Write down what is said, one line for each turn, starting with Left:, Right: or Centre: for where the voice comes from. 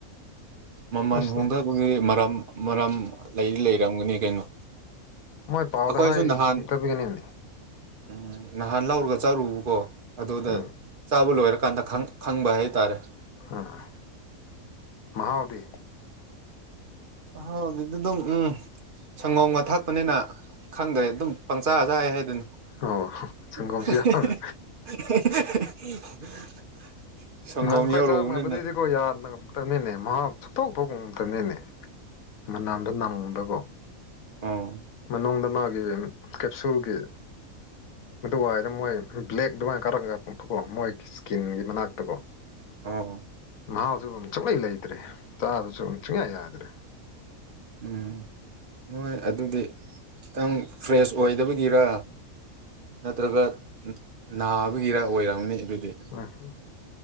Right: ꯃꯃꯜ
Left: ꯑꯁ
Right: ꯍꯣꯡꯊꯕꯒꯤꯗꯤ ꯃꯔꯝ ꯃꯔꯝ ꯂꯩꯗꯤ ꯂꯩꯔꯝꯒꯅꯤ ꯀꯩꯅꯣ
Left: ꯃꯣꯏ ꯄꯥꯎꯗ
Right: ꯑꯩꯈꯣꯏꯁꯨ
Left: ꯍꯥꯏ
Right: ꯅꯍꯥꯟ
Left: ꯏꯇꯕꯤ ꯀꯅꯤꯅꯤꯅꯤ
Right: ꯎꯝ ꯅꯍꯥꯟ ꯂꯧꯔꯒ ꯆꯥꯔꯨꯕꯀꯣ ꯑꯗꯨꯗ
Left: ꯎꯝ
Right: ꯆꯥꯕ ꯂꯣꯏꯔꯀꯥꯟꯗ ꯈꯪꯕ ꯍꯥꯏꯇꯥꯔꯦ
Left: ꯑꯥ ꯃꯍꯥꯎꯗꯤ
Right: ꯍꯥꯎꯗ ꯑꯗꯨ ꯑꯗꯨ ꯎꯝ ꯁꯪꯒꯣꯝꯒ ꯊꯛꯄꯅꯤꯅ ꯈꯪꯗ꯭ꯔꯦ ꯑꯗꯨꯝ ꯄꯪꯆꯥꯖꯥ ꯍꯥꯏꯗꯨꯅꯤ
Left: ꯑꯣ
Right: <inaudible>
Left: ꯁꯪꯒꯣꯝꯁꯨ ꯌꯥꯎꯔꯦ
Right: <inaudible> <unintelligible> ꯁꯪꯒꯣꯝ
Left: ꯅꯍꯥꯟ ꯈꯈꯣꯏ
Right: ꯌꯧꯔꯨꯕꯅꯤꯅ
Left: ꯆꯥꯝꯕ ꯑꯗꯨꯗꯨꯗꯤ ꯀꯣ ꯌꯥꯔꯅ ꯇꯅꯤꯅꯦ ꯃꯍꯥꯎ ꯁꯇꯣꯛ ꯊꯣꯛꯄ ꯉꯝꯇꯅꯤꯅꯦ ꯃꯅꯥꯝꯗ ꯅꯪꯕꯀꯣ
Right: ꯎꯝ
Left: ꯃꯅꯨꯡꯗ ꯃꯥꯒꯤ ꯀꯦꯞꯁꯨꯜꯒꯤ ꯃꯗꯨ ꯋꯥꯏꯗ ꯃꯣꯏ ꯕ꯭ꯂꯦꯛ ꯑꯗꯨꯃꯥꯏꯅ ꯀꯥꯔꯛꯒ ꯀꯛꯄꯀꯣ ꯃꯣꯏꯒꯤ ꯏꯁꯀꯤꯟꯒꯤ ꯃꯅꯥꯛꯇꯀꯣ
Right: ꯑꯣ
Left: ꯃꯍꯥꯎꯁꯨ ꯑꯃꯛ ꯁꯨꯡꯉꯩ ꯂꯩꯇ꯭ꯔꯦ ꯆꯥꯕꯁꯨ ꯑꯃꯨ ꯆꯨꯡꯌꯥ ꯌꯥꯗ꯭ꯔꯦ
Right: ꯎꯝ ꯅꯣꯏ ꯑꯗꯨꯗꯤ ꯈꯤꯇꯪ ꯐ꯭ꯔꯦꯁ ꯑꯣꯏꯗꯕꯒꯤꯔ ꯅꯠꯇ꯭ꯔꯒ ꯅꯥꯕꯒꯤꯔ ꯑꯣꯏꯔꯝꯅꯤ ꯑꯗꯨꯗꯤ
Left: ꯍꯣꯏ ꯍꯣꯏ